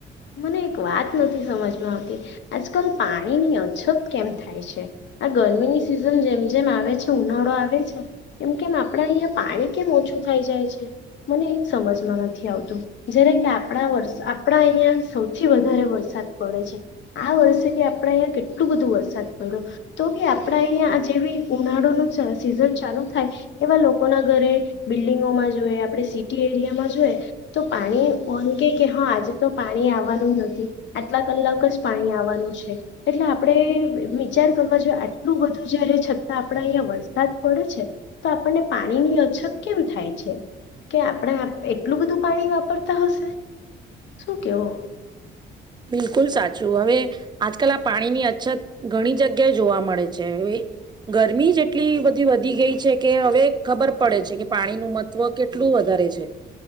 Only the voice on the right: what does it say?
બિલકુલ સાચું હવે આજકાલ આ પાણીની અછત ઘણી જગ્યાએ જોવા મળે છે હ ગરમી જ એટલી બધી વધી ગઈ છે કે હવે ખબર પડે છે કે પાણીનું મહત્વ કેટલું વધારે છે